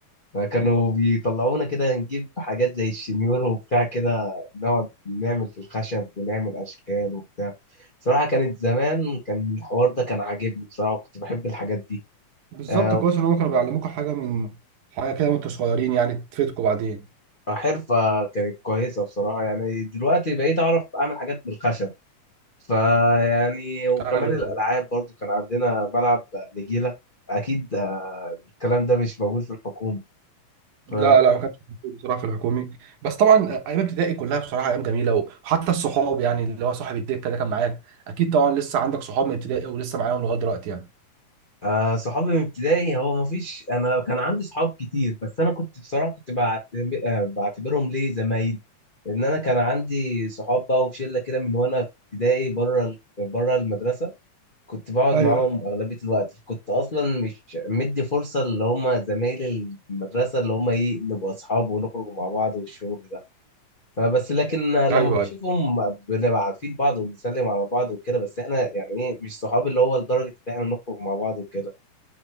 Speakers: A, on the left; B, on the right.
A: فكانوا بيطلعونا كده نجيب حاجات زي الشنيور وبتاع كده نقعد نعمل في الخشب ونعمل أشكال وبتاع صراحة كانت زمان كان الحوار ده كان عاجبني بصراحة وكنت بحب الحاجات دي
B: بالظبط
A: آه،
B: كويس ان هم كانوا بيعلموكوا حاجه من حاجه كده وانتوا صغيرين يعني تفيدكم بعدين
A: حرفة كانت كويسة بصراحة يعني دلوقتي بقيت أعرف أعمل حاجات بالخشب فيعني وكمان
B: ايوه
A: الألعاب
B: ايوه
A: برضو كان عندنا ملعب نجيلة أكيد آه، الكلام ده مش موجود في الحكومة ف
B: لا لا ما كانش موجود بصراحه في الحكومي بس طبعا ايام ابتدائي كلها بصراحه ايام جميله وحتى الصحاب يعني اللي هو صاحب الدكه ده كان معاك اكيد طبعا لسه عندك صحاب من ابتدائي ولسه معاهم لغايه دلوقتي يعني
A: آه، صحابي من ابتدائي هو مفيش أنا كان عندي صحاب كتير بس أنا كنت بصراحة كنت بعتب- آه، بعتبرهم ليه زمايل لأن أنا كان عندي صحاب بقى وشلة كده من وأنا في ابتدائي بره ال- بره المدرسة كنت بقعد
B: ايوه
A: معاهم أغلبية الوقت كنت أصلا مش مدي فرصة اللي هم زمايل المدرسة اللي هم إيه نبقى أصحاب ونخرج مع بعض والشغل ده فبس لكن لما
B: ايوه
A: بشوفهم بنبقى عارفين بعض وبنسلم على بعض وكده بس احنا يعني ايه مش صحاب اللي هو لدرجة ان احنا نخرج مع بعض وكده